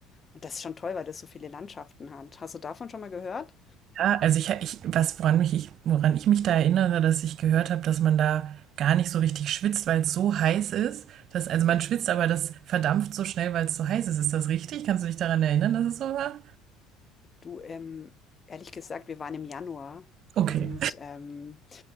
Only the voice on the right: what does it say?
Ja, also ich, ich was, woran mich ich, woran ich mich da erinnere, dass ich gehört habe, dass man da gar nicht so richtig schwitzt, weil es so heiß ist. Dass, also man schwitzt, aber das verdampft so schnell, weil es so heiß ist. Ist das richtig? Kannst du dich daran erinnern, dass es so war?
Okay.